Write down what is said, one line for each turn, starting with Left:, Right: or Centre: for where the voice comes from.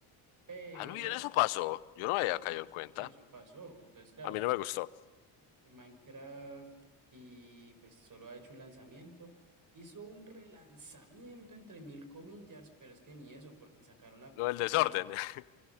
Right: Pero
Left: Ah, no, bien, eso pasó. Yo no
Right: sí,
Left: había caído
Right: sí,
Left: en
Right: sí,
Left: cuenta.
Right: eso pasó. Entonces, claro,
Left: A mí no me gustó.
Right: en Minecraft y pues solo ha hecho un lanzamiento. Hizo un relanzamiento entre mil comillas, pero es que ni eso, porque sacaron la película.
Left: Lo del desorden. <laughs>